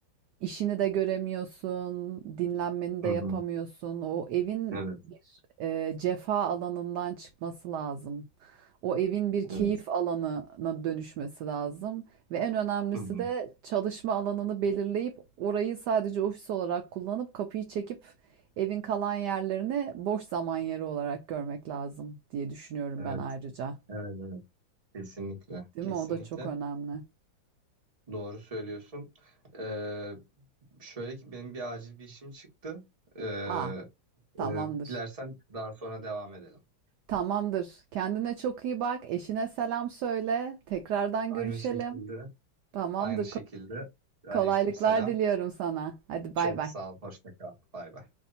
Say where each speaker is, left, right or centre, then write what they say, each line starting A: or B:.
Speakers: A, on the right; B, on the right.
A: işini de göremiyorsun, dinlenmeni
B: Hı
A: de
B: hı.
A: yapamıyorsun. O evin
B: Evet.
A: e, cefa alanından çıkması lazım. O evin bir keyif
B: Evet.
A: alanına dönüşmesi lazım ve en önemlisi
B: Hı hı.
A: de çalışma alanını belirleyip orayı sadece ofis olarak kullanıp kapıyı çekip evin kalan yerlerini boş zaman yeri olarak görmek lazım diye düşünüyorum
B: Evet.
A: ben ayrıca.
B: Evet. Evet. Kesinlikle.
A: Değil
B: Kesinlikle.
A: mi? O da çok önemli.
B: Doğru söylüyorsun. Eee, şöyle ki benim bir acil bir işim çıktı. Eee,
A: Aa, tamamdır.
B: eee, dilersen daha sonra devam edelim.
A: Tamamdır. Kendine çok iyi bak. Eşine selam söyle. Tekrardan
B: Aynı
A: görüşelim.
B: şekilde.
A: Tamamdır.
B: Aynı şekilde.
A: Ko-
B: Aleyküm
A: Kolaylıklar
B: selam
A: diliyorum sana. Hadi
B: Çok
A: bay bay.
B: sağ ol. Hoşça kal. Bay bay.